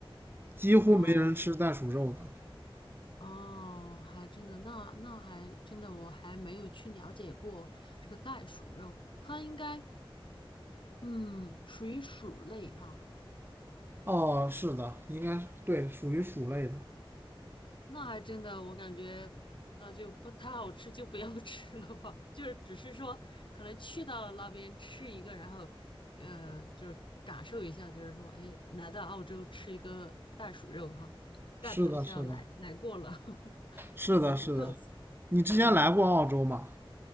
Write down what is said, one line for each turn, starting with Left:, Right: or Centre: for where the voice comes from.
Right: 几乎没人吃袋鼠肉的。
Left: 哦。哦，还真的，那那还真的，我还没有去了解过这个袋鼠肉，它应该嗯属于鼠类哈、
Right: 哦，是的，应该是对，属于鼠类的。
Left: 那还真的，我感觉那就不太好吃，就不要 <laughs> 吃了吧。就是只是说可能去到了那边吃一个，然后呃就是感受一下，就是说哎来到澳洲吃一个袋鼠肉哈、代表一下来来过了
Right: 是的，是的，
Left: <laughs>
Right: 是的，
Left: 一个特色，
Right: 是的。你之前来过澳洲吗？
Left: 嗯。